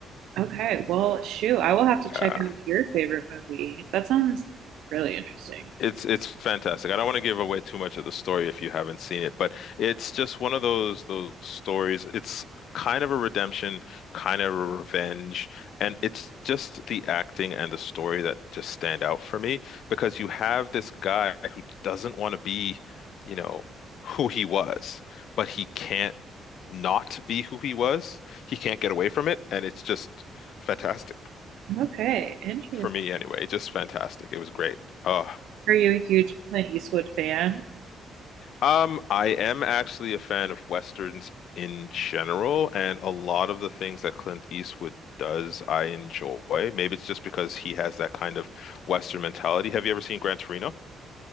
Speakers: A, on the right (about 80°); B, on the left (about 70°).
A: Okay, well, shoot, I will have
B: Yeah.
A: to check out your favorite movie. That sounds really interesting.
B: It's it's fantastic. I don't want to give away too much of the story if you haven't seen it, but it's just one of those those stories. It's kind of a redemption, kind of a revenge, and it's just the acting and the story that just stand out for me because you have this guy who doesn't want to be, you know, who he was, but he can't not be who he was. He can't get away from it, and it's just fantastic
A: Okay, interesting.
B: for me anyway. Just fantastic. It was great. Oh.
A: Are you a huge Clint Eastwood fan?
B: Um, I am actually a fan of westerns in general, and a lot of the things that Clint Eastwood does, I enjoy. Maybe it's just because he has that kind of western mentality. Have you ever seen Gran Torino?